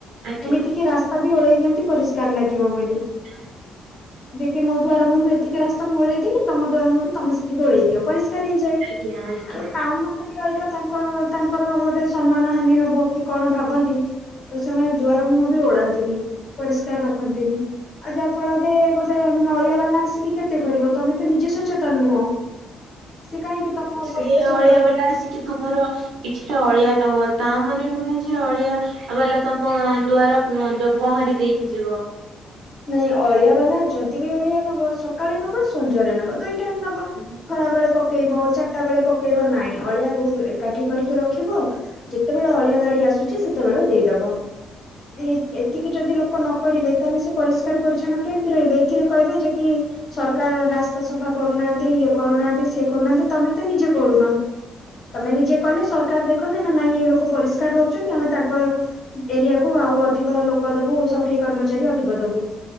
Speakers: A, on the right; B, on the left.
A: ଆଜ୍ଞା
B: ଏମିତି କିି ରାସ୍ତା ବି ଓଳେଇ ଦିଅନ୍ତି ପରିଷ୍କାର ଲାଗିବ ବୋଲି।
A: <unintelligible>
B: ଯେ କି ମୋ ଦ୍ୱାଆର ମୁହଁ ଏତିକି ରାସ୍ତା ମୁ ଉଳେଇଦେଲି ତମ ଦ୍ୱାର ମୁହଁ ତମେ ଓଲେଇ ଦିଅ ପରିଷ୍କାର ହେଇଯାଏ
A: ଆଜ୍ଞା ଆଜ୍ଞା
B: ଆ ଟାଉନମାନେ ଏଇଟା ତାଙ୍କର ତାଙ୍କର ଗୋଟେ ସମ୍ମାନ ହାନି ହବ କି କଣ ଭାବନ୍ତି। ଆଉ ସେମାନେ ଦୁଆର ମୁହଁ ବି ଓଳାନ୍ତିନି, ପରିଷ୍କାର ରଖନ୍ତିନି। ଆଉ ଯାହା ଫଳରେ ଗୋଟେ ମାନେ ଅଳିଆ ବାଲା ଆସିକି କେତେ କରିବ ତମେ ତ ନିଜେ ସଚେତନ ନୁହଁ। <unintelligible> କାହିଁକି ତମ
A: ସିଏ
B: ପରିବେଶକୁ
A: ଅଳିଆ
B: ପରିଷ୍କାର
A: ବାଲା ଆସିକି ତୁମର କିଛିଟା ଅଳିଆ ନବ, ତା ମନେ ନୁହେଁ ଯେ ଅଳିଆ ବାଲା ତମ ଦୁଆର ପହଁରି ଦେଇକି ଯିବ।
B: ନାଇଁ ଅଳିଆ ବାଲା ଯଦି ବି ଅଳିଆ ନବ ସକାଳେ ନବ, ସଞ୍ଜରେ ନବ, ଦୁଇ ଟାଇମ୍ ନବ।
A: ହୁଁ ହୁଁ <unintelligible>
B: ଖରା ବେଳେ ପକେଇବ ଚାରିଟା ବେଳେ ପକେଇବ ନାଇଁ ଅଳିଆକୁ ଏକାଠି କରିକି ରଖିବ ଯେତେବେଳେ ଅଳିଆ ଗାଡ଼ି ଆସୁଚି ସେତେବେଳେ ଦେଇଦବ। ଏ ଏତିକି ଯଦି ଲୋକ ନ କରିବେ ତାହେଲେ ସେ ପରିଷ୍କାର ପରିଚଛନ କେମତି ରହିବେ ଏଥିରେ କହିବେ ଯେକି ସରକାର ରାସ୍ତା ସଫା କରୁନାହାନ୍ତି ଇଏ କରୁନାହାନ୍ତି ସେ କରୁନାହାନ୍ତି ତମେ ତ ନିଜେ କରୁନ। ତମେ ନିଜେ କଲେ ସରକାର ଦେଖନ୍ତେ ନା ନାଇଁ ଏ ଲୋକ ପରିଷ୍କାର ରହୁଚନ୍ତି ଆମେ ତାଙ୍କ ଏରିଆକୁୁ ଆଉ ଅଧିକ ଲୋକ ଦବୁ ସଫେଇ କର୍ମଚାରୀ ଅଧିକ ଦବୁ।